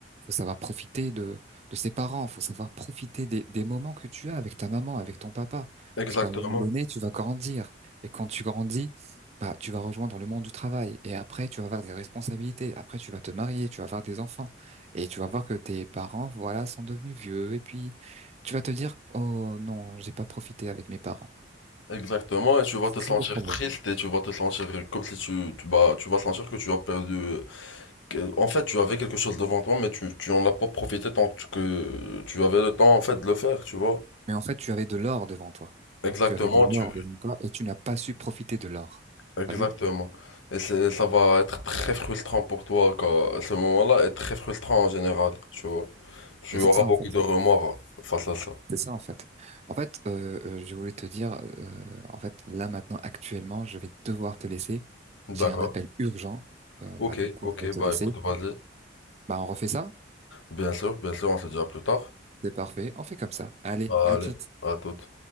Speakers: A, on the right; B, on the left.
A: Faut savoir profiter de, de ses parents, faut savoir profiter des, des moments que tu as avec ta maman, avec ton papa.
B: exactement,
A: Parce qu'à un moment donné, tu vas grandir. Et quand tu grandis, bah, tu vas rejoindre le monde du travail. Et après, tu vas avoir des responsabilités. Après, tu vas te marier, tu vas avoir des enfants. Et tu vas voir que tes parents, voilà, sont devenus vieux. Et puis, tu vas te dire, oh non, j'ai pas profité avec mes parents.
B: exactement, et tu vas
A: C'est
B: te sentir
A: ça le problème.
B: triste et tu vas te sentir comme si tu, tu, bah, tu vas sentir que tu as perdu que- En fait, tu avais quelque chose devant toi, mais tu, tu en as pas profité tant que que tu avais le temps en fait de le faire, tu vois.
A: Mais en fait, tu avais de l'or devant toi.
B: Exactement,
A: Tu avais de l'or
B: tu
A: devant toi et tu n'as pas su profiter de l'or.
B: exactement.
A: T'as vu?
B: Et c'est- ça va être très frustrant pour toi car ce moment-là est très frustrant en général, tu vois. Tu
A: Mais
B: auras
A: c'est ça,
B: beaucoup
A: en fait.
B: de remords face à ça.
A: C'est ça, en fait. En fait, euh, euh, je voulais te dire, euh, en fait, là, maintenant, actuellement, je vais devoir te laisser. J'ai
B: D'accord.
A: un appel urgent. Euh,
B: Ok,
A: bah, du coup,
B: ok,
A: je vais te
B: bah
A: laisser.
B: écoute, vas-y.
A: Bah, on refait ça?
B: Bien sûr, bien sûr, on se dit à plus tard.
A: C'est parfait. On fait comme ça. Allez,
B: Allez,
A: à tout.
B: à toute.